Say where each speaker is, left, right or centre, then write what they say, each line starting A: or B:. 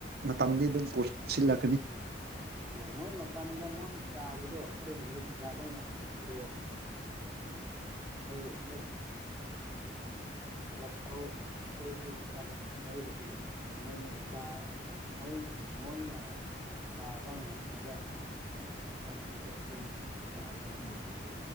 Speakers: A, on the right; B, in the centre.
A: ꯃꯇꯝꯗꯤ ꯑꯗꯨꯝ ꯁꯤꯜꯂꯛꯀꯅꯤ
B: ꯎꯝ ꯃꯣꯏ ꯃꯇꯝꯗ ꯃꯣꯏ ꯆꯥꯕꯗꯣ ꯑꯩꯈꯣꯏ ꯍꯧꯖꯤꯛ ꯆꯥꯕ ꯉꯝꯗ꯭ꯔꯁꯨ ꯑꯩꯣꯏ <unintelligible> ꯊꯕꯛ ꯇꯧ ꯑꯩꯈꯣꯏꯁꯨ ꯊꯕꯛ ꯂꯩꯔꯗꯤ ꯃꯣꯏꯅ ꯃꯆꯥꯥ ꯃꫭꯏ ꯃꯣꯏꯅ ꯇꯥꯕ ꯉꯝꯗꯕ ꯆꯞꯄꯗ ꯑꯩꯈꯣꯏꯅ ꯆꯥꯕ ꯉꯝꯃꯦꯕꯀꯣ